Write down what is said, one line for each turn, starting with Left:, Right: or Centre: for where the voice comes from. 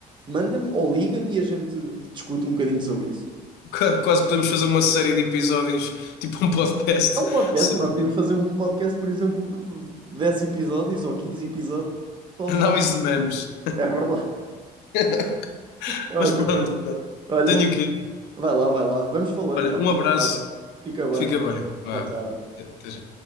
Right: Manda-me ou liga-me e a gente discute um bocadinho sobre isso.
Left: <laughs> Qua- Quase podemos fazer uma série de episódios, tipo um podcast,
Right: É um podcast,
Left: <laughs> sobre
Right: nós podemos fazer um podcast, por exemplo, 10 episódios ou 15 episódios, só a
Left: análise
Right: falar.
Left: de memes.
Right: É verdade.
Left: <laughs>
Right: Ah,
Left: Mas pronto,
Right: que coisa. Olha,
Left: tenho que.
Right: vai lá, vai lá. Vamos falando,
Left: Olha,
Right: pá.
Left: um abraço,
Right: Um abraço. Fica bem.
Left: fica bem. Vá,
Right: Tchau, tchau.
Left: até já.